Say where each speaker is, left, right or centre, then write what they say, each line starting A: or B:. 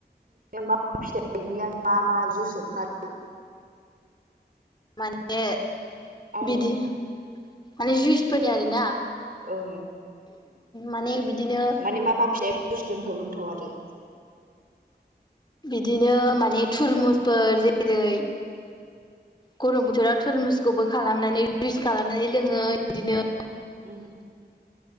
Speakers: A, on the right; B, on the left.
A: मा फिथाइनि आं मा मा जुइस ओंखारो <unintelligible>
B: माने
A: औ
B: बिदि माने जुइसफोरनि आरोना
A: औ
B: माने बिदिनो
A: मानि मा फि <inaudible> जुस लोंथाव-लोंथाव आरो
B: बिदिनो माने थुरमुसफोर जेरै गरम बोथोराव थोरमुसखौबो खालामनानै जुस खालामनानै लोङो बिदिनो
A: उम